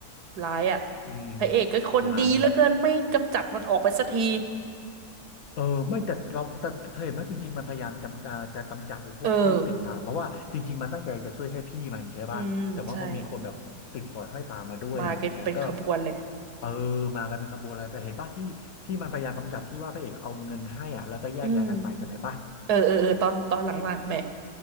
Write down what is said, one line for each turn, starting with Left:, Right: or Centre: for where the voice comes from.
Right: ร้ายอ่ะ
Left: อืม
Right: พระเอกก็คนดีเหลือเกินไม่กำจัดมันออกไปสักที
Left: ร้าย เออไม่แต่เราแต่แต่เธอเห็นไหมจริงๆมันพยายามจำจะจะกำจัดไอ้พวกที่ติดตามเพราะว่าจริงๆมันตั้งใจจะช่วยแค่พี่มันใช่ป่ะแต่ว่ามันมีคนแบบติดสอยห้อยตามมาด้วยอย่างเงี้ยก็
Right: เอออืมใช่มากันเป็นขบวนเลย
Left: เออมากันเป็นขบวนแล้วแต่เห็นป่ะที่ที่มันพยายามกำจัดที่ว่าพระเอกเอาเงินให้อ่ะแล้วก็แยกย้ายกันไปจำได้ป่ะ
Right: อืมเออเออเออตอนตอนหลังๆไหม